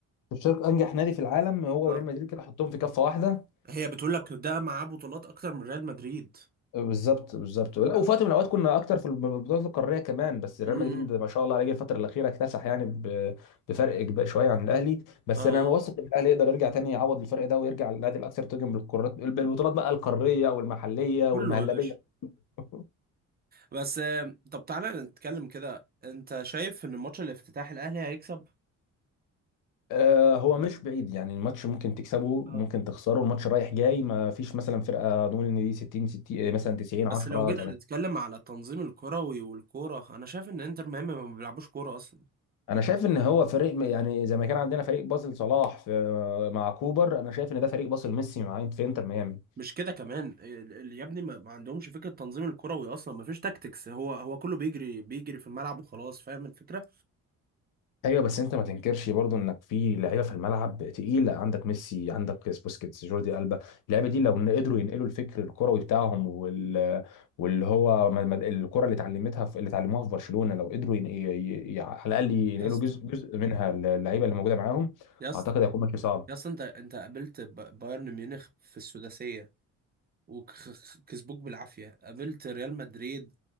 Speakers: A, on the left; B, on the right.
A: تشارك انجح نادي في العالم هو
B: اه
A: وريال مدريد كده حطهم في كفه واحده
B: هي بتقول لك ده معاه بطولات اكتر من ريال مدريد
A: بالظبط بالظبط لا وفي وقت من الاوقات كنا اكتر في البطولات القاريه كمان بس ريال
B: امم
A: مدريد ما شاء الله عليه جه الفتره الاخيره اكتسح يعني ب- بفرق كبير شويه عن الاهلي بس
B: اه
A: انا واثق ان الاهلي يقدر يرجع تاني يعوض الفرق ده ويرجع للنادي الاكثر تتويجا بالقارات بالبطولات بقى القاريه والمحليه
B: كله
A: والمهلبيه
B: يا باشا
A: <laughs>
B: بس آه، طب تعالى نتكلم كده انت شايف ان ماتش الافتتاح الاهلي هيكسب
A: آه، هو مش بعيد يعني الماتش ممكن تكسبه
B: آه.
A: ممكن تخسره الماتش رايح جاي ما فيش مثلا فرقه نقول ان دي 60 60 آه، مثلا 90
B: بس
A: 10
B: لو جينا نتكلم على التنظيم الكروي والكوره انا شايف ان انتر ميامي ما بيلعبوش كوره اصلا
A: انا شايف ان هو فريق يعني زي ما كان عندنا فريق باسل صلاح في مع كوبر انا شايف ان ده فريق باسل ميسي مع في انتر ميامي
B: مش كده كمان ال- ال- يا ابني ما ما عندهمش فكره التنظيم الكروي اصلا ما فيش تاكتكس هو هو كله بيجري بيجري في الملعب وخلاص فاهم الفكره
A: ايوه بس انت ما تنكرش برضو انك في لعيبه في الملعب تقيله عندك ميسي عندك بوسكيتس جوردي البا اللعيبه دي لو إن قدروا ينقلوا الفكر الكروي بتاعهم وال... واللي هو م- م- الكره اللي اتعلمتها في... اللي اتعلموها في برشلونه لو قدروا ين... ي... ي... ي- على الاقل ينقلوا
B: يا اسطى
A: جزء جزء منها للعيبه اللي موجوده معاهم
B: يا اسطى
A: اعتقد هيكون ماتش صعب
B: يا اسطى انت انت قابلت ب- بايرن ميونخ في السداسيه وكسبوك بالعافيه قابلت ريال مدريد